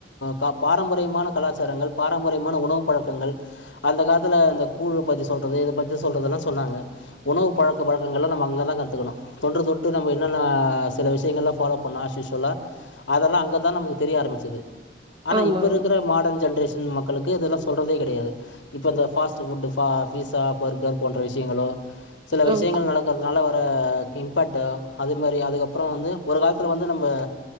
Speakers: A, on the left; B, on the right.
A: க பாரம்ப மான கலாச்சாரங்கள் பாரம்பரியமான உணவு பழக்கங்கள் அந்த காலத்துல அந்த கூழ்லு பத்தி சொல்றது இத பத்தி சொல்றதெல்லா சொன்னாங்க உணவு பழக்க வழக்கங்கள்லா நம்ம அங்கதா கத்துக்கணு தொன்று தொட்டு நம்ம என்னென்ன சில விஷயங்கள்லா ஃபலோ பண்ணா ஆஸ்யூஸ்வல்லா அதெல்லா அங்கதா நமக்கு தெரிய ஆரம்பிச்சது ஆனா
B: ஆமா ஆமா
A: இப் ப மாடர்ன் ஜென்ரேஷன் மக்களுக்கு இதெல்லா சொல்றதே கெடையாது இப்ப இந்த பாஸ்ட் ஃபுட்டு பா பீசா பர்கர் போன்ற விஷ்யங்களோ சில விஷ்யங்கள்
B: ம்
A: நடக் அதனால வர இம்பேட்டு அது மாரி அதுக்கப்றோ வந்து ஒரு காலத்துல வந்து நம்ம